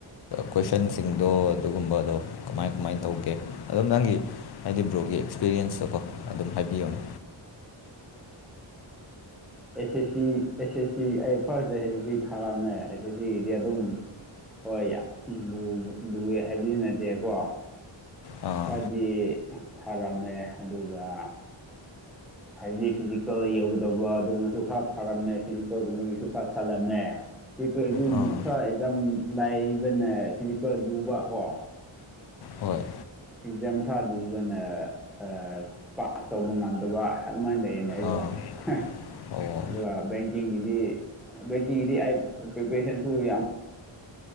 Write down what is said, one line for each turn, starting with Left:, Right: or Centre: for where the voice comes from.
Left: ꯀꯣꯏꯁꯟꯁꯤꯡꯗꯣ ꯑꯗꯨꯒꯨꯝꯕꯗꯣ ꯀꯃꯥꯏ ꯀꯃꯥꯏꯅ ꯇꯧꯒꯦ ꯑꯗꯨꯝ ꯅꯪꯒꯤ ꯍꯥꯏꯗꯤ ꯕ꯭ꯔꯣꯒꯤ ꯑꯦꯛꯁꯄꯤꯔꯤꯌꯦꯟꯁꯇꯀꯣ ꯑꯗꯨꯝ ꯍꯥꯏꯕꯤꯌꯣꯅꯦ
Centre: ꯑꯦꯁ S C S S C ꯑꯩ ꯐꯥ꯭ꯔꯁꯇ ꯑꯦꯁ ꯑꯦꯁ ꯁꯤ ꯊꯥꯔꯝꯃꯦ ꯑꯦꯁ ꯑꯦꯁ ꯁꯤ ꯒꯤꯗꯤ ꯑꯗꯨꯝ ꯍꯣꯏ ꯌꯥꯝ ꯂꯨ ꯂꯨꯌꯦ ꯍꯥꯏꯕꯗꯤ ꯅꯠꯇꯦꯀꯣ
Left: ꯑꯥ
Centre: ꯈꯔꯗꯤ ꯊꯥꯔꯝꯃꯦ ꯑꯗꯨꯒ ꯍꯥꯏꯗꯤ ꯐꯤꯖꯤꯀꯦꯜ ꯌꯧꯒꯗꯧꯕ ꯑꯗꯨꯒꯨꯝꯕꯁꯨ ꯈꯔ ꯊꯥꯔꯝꯃꯦ ꯐꯤꯖꯤꯀꯦꯜꯒꯨꯝꯕꯒꯤꯁꯨ ꯈꯔ ꯆꯜꯂꯝꯃꯦ ꯐꯤꯖꯤꯀꯦꯜ ꯗꯨ
Left: ꯑꯥ
Centre: ꯂꯨ ꯈꯔ ꯑꯦꯛꯖꯝ ꯂꯥꯏꯕꯅꯦ ꯐꯤꯖꯤꯀꯦꯜ ꯂꯨꯕ ꯀꯣ
Left: ꯍꯣꯏ
Centre: ꯑꯦꯛꯖꯥꯝ ꯈꯔ ꯂꯨꯕꯅ ꯑ ꯄꯥꯁ ꯇꯧꯕ ꯉꯝꯗꯕ ꯑꯗꯨꯃꯥꯏꯅ ꯂꯩꯌꯦꯅꯦ ꯑꯩꯖꯨ
Left: ꯑꯥ
Centre: ꯍꯦ
Left: ꯑꯣ
Centre: ꯑꯗꯨꯒ ꯕꯦꯡ ꯕꯦꯡꯒꯤꯗꯤ ꯕꯦꯡꯀꯤꯡꯒꯤꯗꯤ ꯑꯩ ꯄ꯭ꯔꯤꯄ꯭ꯔꯦꯁꯟꯁꯨ ꯌꯥꯝ